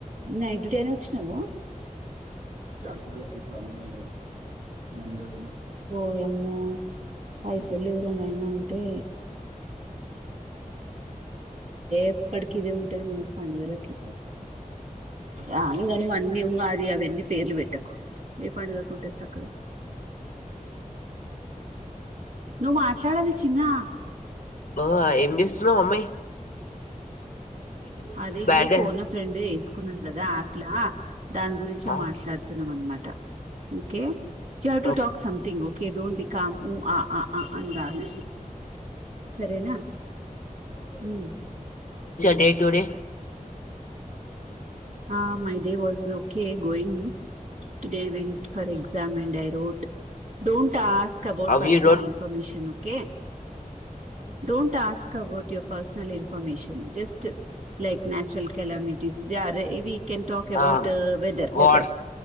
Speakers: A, on the right; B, on the left.
A: నైట్ డూటి అని వచ్చినావ <unintelligible> మందిరమె ఓయమ్మో పైసల్లేవురా నాయనా అంటే ఎప్పటికి ఇదే ఉంటది మనకి పండుగలకి ఆ ఇంగ నువన్నీ ఉగాది అవన్నీ పేర్లు పెట్టకు ఏ పండుగకుంటది సక్కగా నువ్ మాట్లాడాలి చిన్నా
B: ఓహొ ఏం చేస్తున్నావు అమ్మయ్
A: అదే
B: బ్యాడ్
A: ఇబు
B: డ్యాన్స్
A: ఫోన్ ఫ్రెండ్ వేసుకున్నాను కదా యాప్ లా దాని గురించే
B: ఆ
A: మాట్లాడుతున్నాం అనమాట okay you have to
B: okay
A: talk something okay don't become ఉ ఆ అ ఆ అని కాదు సరేనా మ్
B: డేటుడే
A: ఆ, my day was okay going today I went for exam and I wrote don't ask కబోర్ట్
B: how
A: personal
B: you
A: information okay
B: K
A: don't ask about your personal information just like natural calamities the are we we can talk about
B: ఆ
A: weather weather
B: what